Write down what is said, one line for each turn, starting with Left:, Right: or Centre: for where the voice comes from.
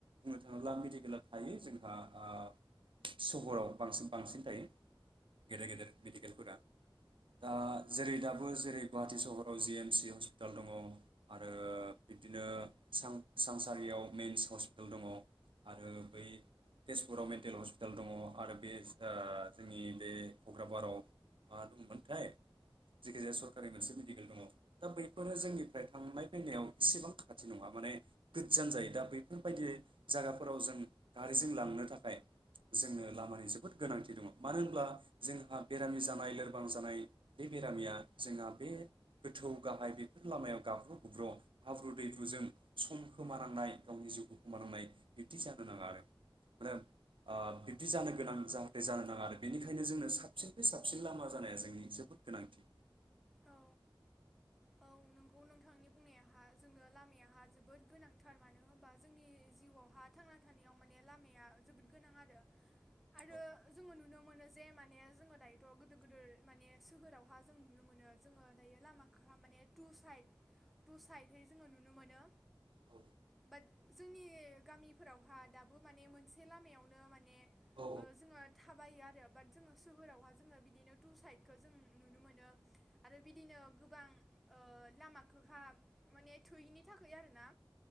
Right: बुंनो थाङोब्ला मेडिकेला थायो जोंहा आ सहराव बांसिन बांसिन थायो गेदेर गेदेर मेडिकेलफोरा दा
Centre: औ
Right: दाबो जेरै गुवाहाटि सहराव जि एम सि हस्पिटाल दङ' आरो बिब्दिनो सानसारियाव मेन्स हस्पिटाल दङ' आरो बै तेजपुराव मेन्टेल हस्पिटाल दङ' आरो बे जोंनि बे कग्रााबाराव मा दंमोनथाय जायखि जाया सरकारि मोनसे मेडिकेल दङ दा बैफोरो जोंनिफ्राय थांनाय फैनायाव इसेबां खाथि नङा माने गोज्जान जायो दा बैफोरबायदि जायगाफोराव जों गारिजों लांनो थाखाय जोंनो लामानि जोबोद गोनांथि दङ मानो होनब्ला जोंहा बेरामि जानाय लोरबां जानाय बे बेरामिया जोंहा बे गोथौ गाहाय बेफोर लामायाव गाब्र' गुब्र' हाब्रु दैब्रुजों सम खोमानांनाय गावनि जिउखौ खोमानांनाय बिब्दि जानो नाङा आरो दा ओ बिब्दि जानो गोनां जाहाथे जानो नाङा आरो बेनिखायनो जोंनो साबसिननिफ्राय साबसिन लामा जानाया जोंनि जोबोद गोनांथि
Centre: औ औ नोंगौ नोंथांनि बुंनायाहा जोंनो लामायाहा जोबोद गोनांथार मानो होनबा जोंनि जिउआवहा थांना थानायाव माने लामाया जोबोद गोनां आरो आरो
Right: औ
Centre: जोङो नुनो मोनो जे माने जोङो दायोथ' गोदोर गोदोर माने सोहोरावहा जों नुनो मोनो जोङो दायो लामाखौहा माने टु साइद टु साइदहै जोङो नुनो मोनो
Right: औ
Centre: बाट जोंनि गामिफोरावहा दाबो माने मोनसे लामायावनो माने
Right: औ
Centre: ओ जोंङो थाबायो आरो बाट जोङो सोहोरावहा जोङो बिदिनो टु साइदखौ जों नुनो मोनो बिदिनो गोबां ओ लामाखौहा माने थोयैनि थाखाय आरोना